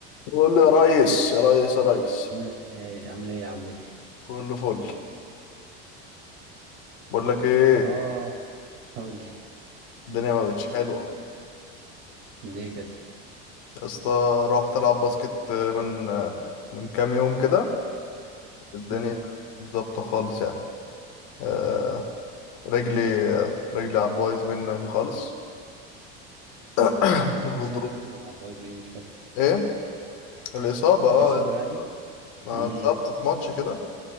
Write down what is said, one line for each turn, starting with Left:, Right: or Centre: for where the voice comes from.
Left: بقول له يا ريس يا ريس يا ريس
Right: ايه عامل ايه يا عمتي
Left: كله فل بقول لك ايه
Right: اه قول لي
Left: الدنيا ما بقتش حلوه
Right: ليه كده
Left: يا اسطى رحت العب باسكت من من كام يوم كده الدنيا
Right: امم
Left: مش ظابطه خالص يعني آه رجلي رجلي على البايظ منه يعني خالص <coughs> <clears throat> الغضروف
Right: اصابه يعني ولا على البايظ ايه مش فاهم
Left: ايه الاصابه
Right: اصابه
Left: اه
Right: يعني
Left: انا
Right: امم
Left: اتصبت في ماتش كده